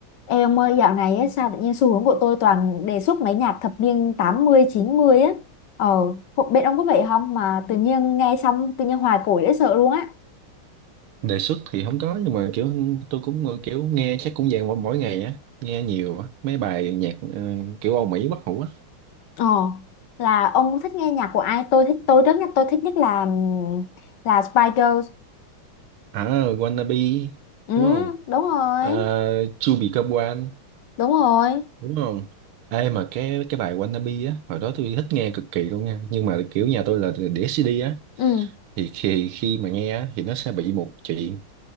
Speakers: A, on the left (about 65°); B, on the right (about 80°).
A: Ê ông ơi, dạo này ấy, sao tự nhiên xu hướng của tôi toàn đề xuất mấy nhạc thập niên tám mươi chín mươi á. Ờ, hộ- bên ông có vậy không mà tự nhiên nghe xong tự nhiên hoài cổ dễ sợ luôn á.
B: đề xuất thì không có nhưng mà kiểu tôi cũng ờ, kiểu nghe chắc cũng dạng mỗi mỗi ngày á nghe nhiều á mấy bài nhạc ờ, kiểu Âu Mỹ bất hủ á
A: Ờ, là ông thích nghe nhạc của ai? Tôi thích tôi rất nhất tôi thích nhất là ừm, là Spice Girls.
B: à Wannabe
A: Ừ,
B: đúng không
A: đúng rồi.
B: uh, To Become One
A: Đúng rồi.
B: đúng không Ê mà cái cái bài Wannabe á hồi đó tôi thích nghe cực kỳ luôn nha nhưng mà kiểu nhà tôi là đĩa CD á
A: Ừ,
B: thì khi khi mà nghe á thì nó sẽ bị một chuyện